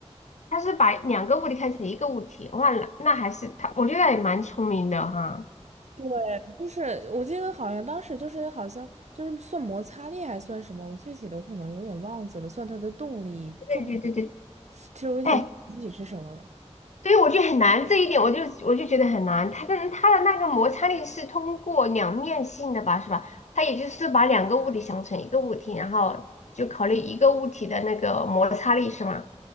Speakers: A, on the left (about 85°); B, on the right (about 75°).
A: 他是把两个物体看成一个物体，忘了，那还是他，我觉得也蛮聪明的哈。
B: 对，就是我记得好像当时就是好像就是算摩擦力还算什么，我具体的我可能有点忘记了，算它的动力重力，
A: 对对对对，
B: <laughs> 其实我有点忘记具体是什么了。
A: 哎，所以我就很难这一点，我就我就觉得很难。它的它的那个摩擦力是通过两面性的吧，是吧？它也就是把两个物体想成一个物体，然后就考虑一个物体的那个摩擦力，是吗？